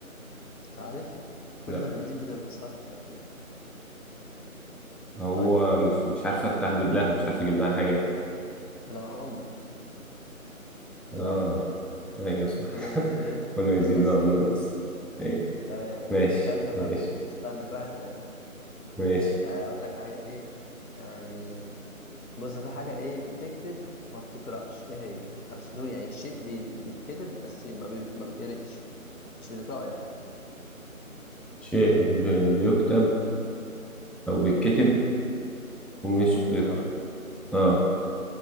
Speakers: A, on the left; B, in the centre.
A: مش عارف كل
B: لا
A: ما بتزيد بتنقص فكر فيها.
B: هو
A: طيب
B: مش مش عارفة تهبد لها مش عارفة اجيب لها حاجة يعني.
A: العمر <laughs>
B: اه
A: العمر
B: ايوه صح
A: كل ما يزيد
B: <laughs>
A: إيه
B: كنا
A: بينقص
B: يزيدنا وبننقص ايوه
A: <laughs> تمام
B: ماشي
A: تالتة
B: ماشي
A: بقى استنى كل واحد تلاتة
B: ماشي
A: أقول لك حاجة إيه يعني بص في حاجة إيه بتكتب وما بتقرأش إيه هي؟ أس- يعني شيء بي- بيتكتب بس ما بي- ما بيتقرأش مش بنقرأه يعني
B: شيء ب... بيكتب او بيتكتب ومش
A: ومش بنقرأه
B: بيقرأ اه